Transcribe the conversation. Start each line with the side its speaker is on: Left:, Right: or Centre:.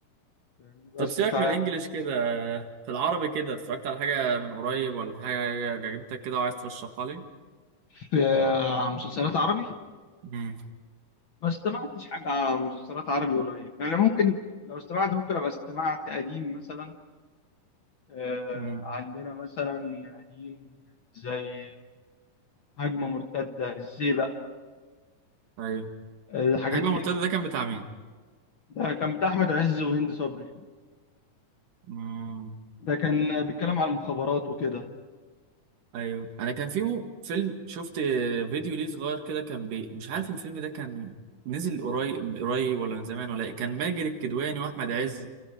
Left: يعني بس
Right: طب سيبك
Left: ف
Right: من الانجليش كده آه، في العربي كده اتفرجت على حاجة من قريب ولا في حاجة عجبتك كده وعايز ترشحها لي
Left: في آه، مسلسلات عربي
Right: مم.
Left: ما استمعتش حاجه مسلسلات عربي قريب يعني ممكن لو استمعت ممكن ابقى استمعت قديم مثلا آه،
Right: مم.
Left: عندنا مثلا قديم زي هجمة مرتدة الزيبق
Right: ايوه
Left: الحاجات
Right: الهجمة
Left: دي
Right: المرتدة ده كان بتاع مين؟
Left: ده كان بتاع أحمد عز وهند صبري
Right: مم.
Left: ده كان بيتكلم عن المخابرات وكده
Right: ايوه انا كان في مو- فيلم شفت فيديو ليه صغير كده كان بي... مش عارف الفيلم ده كان نزل قريب قريب ولا من زمان ولا ايه كان ماجد الكدواني واحمد عز